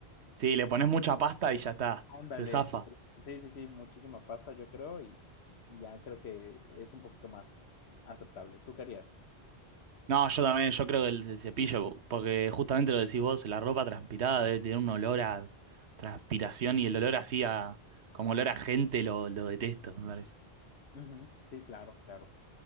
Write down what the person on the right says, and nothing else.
Sí, le pones mucha pasta y ya está,
se zafa.
No, yo también, yo creo que el, el cepillo, porque justamente lo decís vos, la ropa transpirada debe tener un olor a transpiración y el olor así a, como olor a gente lo, lo detesto, me parece.